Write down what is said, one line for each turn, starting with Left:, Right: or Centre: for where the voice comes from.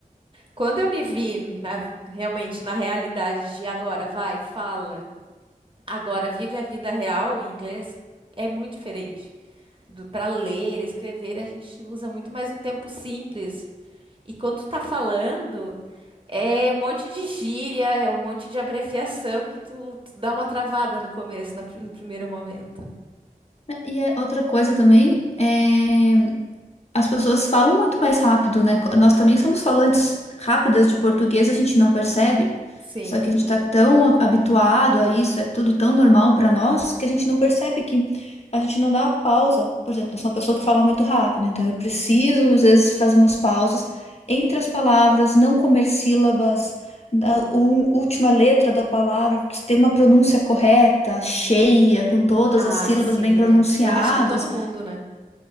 Right: Quando eu me vi na- realmente na realidade de agora, vai, fala, agora vive a vida real em inglês, é muito diferente. Para ler, escrever, a gente usa muito mais o tempo simples. E quando tu tá falando, é um monte de gíria, é um monte de abreviação que tu, tu dá uma travada no começo, na pri- no primeiro momento.
Left: E é outra coisa também é. As pessoas falam muito mais rápido, né? Nós também somos falantes rápidas de português, a gente não percebe.
Right: Sim.
Left: Só que a gente está tão a- habituado a isso, é tudo tão normal para nós, que a gente não percebe que a gente não dá a pausa. Por exemplo, eu sou uma pessoa que fala muito rápido, então eu preciso, às vezes, fazer umas pausas entre as palavras, não comer sílabas, a u- última letra da palavra, ter uma pronúncia correta, cheia, com todas
Right: Ah,
Left: as sílabas
Right: sim.
Left: bem pronunciadas.
Right: é. Eu acho que todo mundo, né?